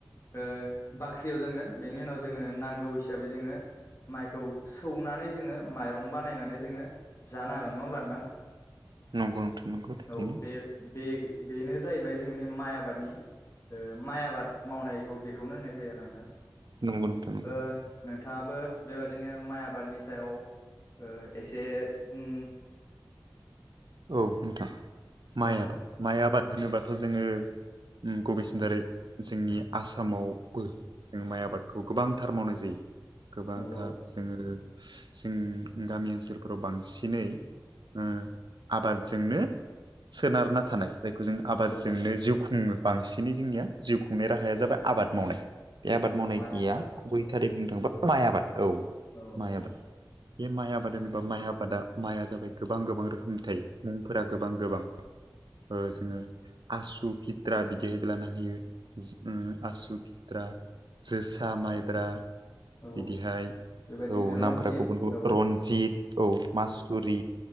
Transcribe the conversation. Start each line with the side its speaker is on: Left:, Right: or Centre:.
Left: ओ बाख्रियाव दोनगोन बेनि उनाव जोङो नांगौ हिसाबै जोङो माइखौ सौनानै जोङो माइरं बानायनानै जोङो जानो हागोन नङा होमब्ला नोंथां?
Right: नंगौ नोंथां नंगौ थारैनो।
Left: औ बे बे - बेनो जाहैबाय जोंनि माइ आबादनि ओ माइ आबाद मावनायखौ बेखौनो होननाय जायो आरो नोंथां।
Right: नंगौ नोंथां नंगौ
Left: ओ नोंथाङाबो बेबादिनो माइ आबादनि सायाव ओ एसे बुं
Right: औ नोंथां
Left: औ
Right: माइ
Left: औ
Right: आबाद माइ आबाद होनोबाथ' जोङो गुबै सिन दारै जोंनि आसामावबो जों माइ आबादखौ गोबांथार मावनाय जायो गोबांथार
Left: औ
Right: जोङो जों गामि ओनसोलफोराव बांसिनै ओ आबादजोंनो सोनारना थानाय जायखौ जों
Left: औ
Right: आबादजोंनो
Left: औ
Right: जिउ- खुङो बांसिनै जोंनिया जिउ खुंनाय राहाया जाबाय आबाद मावनाय बे आबाद
Left: औ
Right: मावनायनिया
Left: माइ आबादा
Right: गुबै
Left: औ
Right: थारै बुंनो थाङोबा माइ आबाद औ
Left: औ
Right: माइ
Left: औ
Right: आबाद बे माइ
Left: नंगौ
Right: आबाद होनोबा
Left: नोंथां
Right: माइ आबादा माइआ जाबाय गोबां गोबां रोखोमनि थायो मुंफोरा गोबां गोबां ओ जोङो आसु खिथ्रा बिदिेहायबो लानो हायो। उम आसु खिता जोसा माइब्रा।
Left: औ औ
Right: बिदिहाय।
Left: बेबायदिनो
Right: औ
Left: रन्जित
Right: नामफोरा गुबुन गुबुन
Left: औ
Right: रनजित औ मासुरि